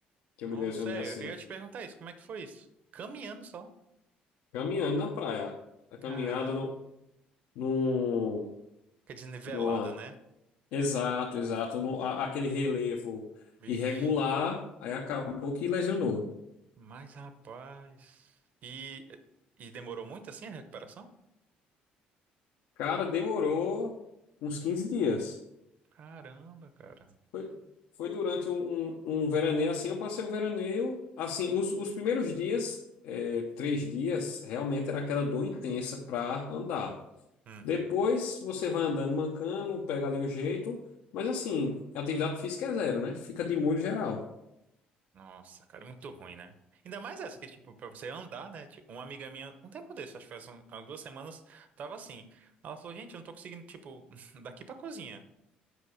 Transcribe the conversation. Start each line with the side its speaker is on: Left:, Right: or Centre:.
Left: que
Right: Nossa,
Left: eu me lesionei
Right: é,
Left: assim.
Right: eu ia te perguntar isso. Como é que foi isso? Caminhando só.
Left: Caminhando na praia. A caminhada
Right: Caramba.
Left: no, no,
Right: Que desnivelada,
Left: numa-
Right: né?
Left: exato, exato. No, a- aquele relevo
Right: Vixe.
Left: irregular, aí acabou que lesionou.
Right: Mas, rapaz. E, e demorou muito assim a recuperação?
Left: Cara, demorou uns 15 dias.
Right: Caramba, cara.
Left: Foi, foi durante um, um, um veraneio assim. Eu passei o veraneio, assim, os, os primeiros dias, eh, três dias, realmente era aquela dor intensa para andar.
Right: Uhum.
Left: Depois você vai andando mancando, pega ali o jeito, mas assim, atividade física é zero, né? Fica de molho geral.
Right: Nossa, cara, é muito ruim, né? Ainda mais essa que, tipo, pra você andar, né? Tipo, uma amiga minha, um tempo desse, acho que faz um- umas duas semanas, tava assim. Ela falou, gente, eu não tô conseguindo, tipo, <laughs> daqui pra cozinha.